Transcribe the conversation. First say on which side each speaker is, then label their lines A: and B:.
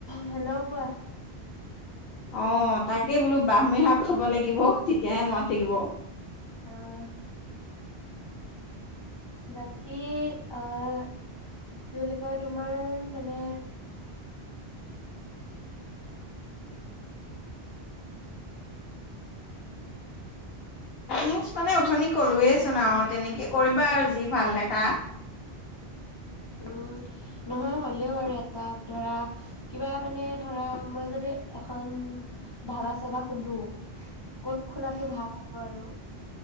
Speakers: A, on the left; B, on the left.
A: হেল্ল' কোৱা
B: অ তাকেই বোলো বাঁহমী শাক খাব লাগিব তেতিয়াহে মনত থাকিব
A: অঁ বাকি অঁ কি বুলি কয় টোমাৰ মানে
B: উ মানে উথনি কলোৱেচোন আৰু তেনেকে কৰিবা আৰু যি ভাল দেখা
A: উম নহয় হলেও আৰু এটা ধৰা কিবা মানে ধৰা মই যদি এখন ধাবা চাবা খুলো ক'ত খোলটো ভাল আৰু